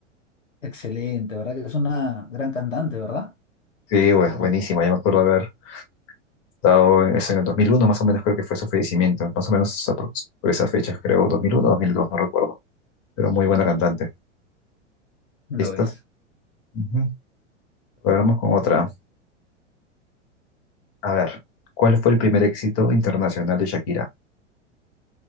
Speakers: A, on the left; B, on the left.
A: Excelente, ¿verdad? Que es una gran cantante, ¿verdad?
B: Sí, bueno, buenísima. Yo me acuerdo haber estado en, es en el 2001, más o menos creo que fue su fallecimiento. Más o menos aprox- por esas fechas, creo, 2001, 2002, no recuerdo. Pero muy buena cantante.
A: Lo
B: ¿Listo?
A: es.
B: Ujú. Ahora vamos con otra. A ver, ¿cuál fue el primer éxito internacional de Shakira?